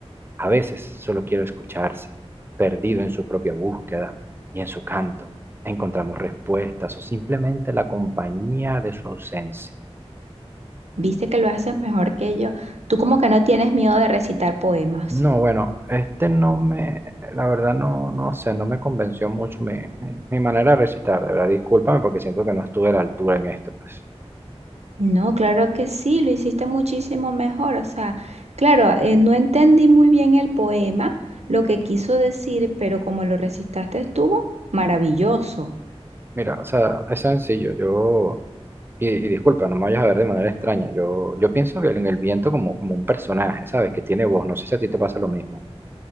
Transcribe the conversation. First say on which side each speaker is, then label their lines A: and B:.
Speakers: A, on the right; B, on the right.
A: A veces solo quiero escucharse, perdido en su propia búsqueda y en su canto. Encontramos respuestas o simplemente la compañía de su ausencia.
B: viste que lo haces mejor que yo. Tú como que no tienes miedo de recitar poemas.
A: No, bueno, este no me, la verdad no, no sé, no me convenció mucho mi, mi- mi manera de recitar, de verdad, discúlpame porque siento que no estuve a la altura en esto, pues.
B: No, claro que sí, lo hiciste muchísimo mejor. O sea, claro, eh, no entendí muy bien el poema, lo que quiso decir, pero como lo recitaste estuvo maravilloso.
A: Mira, o sea, es sencillo, yo, y, y disculpa, no me vayas a ver de manera extraña, yo, yo pienso que en el viento como, como un personaje, ¿sabes? Que tiene voz, no sé si a ti te pasa lo mismo.